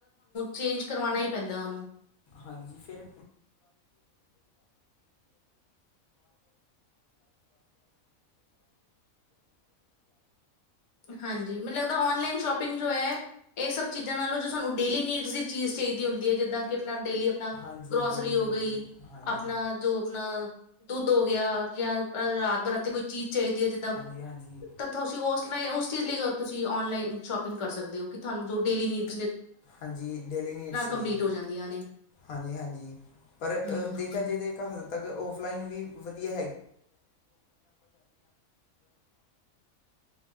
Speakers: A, on the left (about 30°); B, on the left (about 90°).
A: ਚੇਂਜ ਕਰਵਾਉਣਾ ਹੀ ਪੈਂਦਾ ਉਹਨੂੰ
B: ਹਾਂਜੀ ਫਿਰ
A: ਹਾਂਜੀ ਮੈਨੂੰ ਲੱਗਦਾ ਆਨਲਾਈਨ ਸ਼ੋਪਿੰਗ ਜੋ ਹੈ ਇਹ ਸਭ ਚੀਜ਼ਾਂ ਨਾਲੋਂ ਜੋ ਸਾਨੂੰ ਡੇਲੀ ਨੀਡ ਦੀ ਚੀਜ਼ ਚਾਹੀਦੀ ਹੁੰਦੀ ਹੈ ਜਿੱਦਾਂ ਕਿ ਆਪਣਾ ਡੇਲੀ ਆਪਣਾ
B: ਹਾਂਜੀ
A: ਗਰੋਸਰੀ
B: ਡੇਲੀ
A: ਹੋ
B: ਨੀਡਸ
A: ਗਈ
B: ਜੀ ਹਾਂਜੀ
A: ਆਪਣਾ ਜੋ ਆਪਣਾ ਦੁੱਧ ਹੋ ਗਿਆ ਜਾ ਰਾਤ ਬਰਾਤੇ ਕੋਈ ਚੀਜ਼ ਚਾਹੀਦੀ ਹੈ ਜਿੱਦਾਂ
B: ਹਾਂਜੀ ਹਾਂਜੀ
A: ਤਥਾ ਸੋਸ ਉਸ ਚੀਜ਼ ਲਈ ਤੁਸੀਂ ਔਨਲਾਈਨ ਸ਼ੋਪਿੰਗ ਕਰ ਸਕਦੇ ਹੋ ਕਿ ਤੁਹਾਨੂੰ ਜੋ ਡੇਲੀ ਨੀਡ
B: ਹਾਂ ਡੇਲੀ ਨੀਡਸ ਲਈ
A: ਕੰਪਲੀਟ ਹੋ ਜਾਂਦੀਆਂ ਨੇ
B: ਹਾਂਜੀ ਹਾਂਜੀ ਪਰ
A: ਹਮ
B: ਦੇਖਿਆ ਜੇ ਤਾਂ ਹਲੇ ਤੱਕ ਔਫਲਾਈਨ ਵੀ ਵਧੀਆ